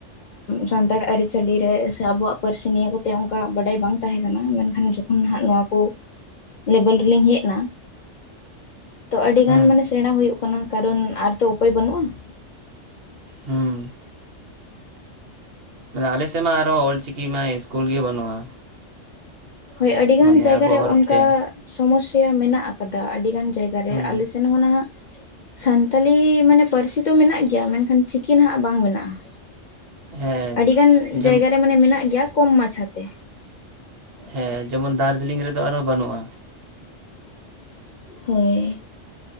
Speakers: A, on the left; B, on the right.
A: ᱥᱟᱱᱛᱟᱲ ᱟᱹᱨᱤᱪᱟᱹᱞᱤ ᱨᱮ ᱥᱮ ᱟᱵᱩᱣᱟᱜ ᱯᱟᱹᱨᱥᱤ ᱱᱤᱭᱟᱹ ᱠᱚ ᱛᱮ ᱚᱝᱠᱟ ᱵᱟᱰᱟᱭ ᱵᱟᱝ ᱛᱟᱦᱮᱸ ᱠᱟᱱᱟ ᱢᱮᱱᱠᱷᱟᱱ ᱡᱚ ᱠᱷᱚᱱ ᱱᱚᱣᱟ ᱠᱚ ᱞᱮᱵᱮᱞ ᱨᱮᱞᱤᱧ ᱦᱮᱡ ᱱᱟ, ᱛᱚ ᱟᱹᱰᱤᱜᱟᱱ
B: ᱦᱩᱸ
A: ᱢᱟᱱᱮ ᱥᱮᱬᱟ ᱦᱩᱭᱩᱜᱭ ᱠᱟᱱᱟ, ᱠᱟᱨᱚᱱ ᱟᱨ ᱛᱚ ᱩᱯᱟᱹᱭ ᱵᱟᱹᱱᱩᱜᱼᱟ ᱾
B: ᱦᱩᱸ᱾ ᱢᱟᱱᱮ ᱟᱞᱮᱥᱮᱫ ᱢᱟ ᱟᱨᱚ ᱚᱞ ᱪᱤᱠᱤ ᱢᱟ ᱤᱥᱠᱩᱞ ᱜᱮ ᱵᱟᱹᱱᱩᱜᱼᱟ᱾
A: ᱦᱳᱭ ᱟᱹᱰᱤ ᱜᱟᱱ
B: ᱢᱟᱱᱮ
A: ᱡᱟᱭᱜᱟ
B: ᱟᱵᱚᱣᱟᱜ
A: ᱨᱮ
B: ᱦᱚᱨᱚᱯ
A: ᱚᱱᱠᱟ
B: ᱛᱮ
A: ᱥᱚᱢᱚᱥᱭᱟ ᱢᱮᱱᱟᱜ ᱟᱠᱟᱫᱟ ᱟᱹᱰᱤ ᱜᱟᱱ ᱡᱟᱭᱜᱟ ᱨᱮ
B: ᱦᱩᱸ
A: ᱟᱞᱮᱥᱱ ᱱᱚ ᱱᱟᱦᱟᱜ ᱥᱟᱱᱛᱟᱞᱤ ᱢᱟᱱᱮ ᱯᱟᱹᱨᱥᱤ ᱫᱚ ᱢᱮᱱᱟᱜ ᱜᱮᱭᱟ ᱢᱮᱱᱠᱷᱟᱱ ᱪᱤᱠᱤ ᱱᱟᱦᱟᱸᱜ ᱵᱟᱝ ᱢᱮᱱᱟᱜᱼᱟ᱾
B: ᱦᱮᱸ
A: ᱟᱹᱰᱤ ᱜᱟᱱ
B: ᱡᱮᱢ
A: ᱡᱟᱭᱜᱟ ᱨᱮ ᱢᱟᱱᱮ ᱢᱮᱱᱟᱜ ᱜᱮᱭᱟ ᱠᱚᱢ ᱢᱟᱪᱷᱟᱛᱮ᱾
B: ᱦᱮᱸ ᱡᱮᱢᱚᱱ ᱫᱟᱨᱡᱤᱞᱤᱝ ᱨᱮᱫᱚ ᱟᱨᱦᱚᱸ ᱵᱟᱹᱱᱩᱜᱼᱟ᱾
A: ᱦᱳᱭ᱾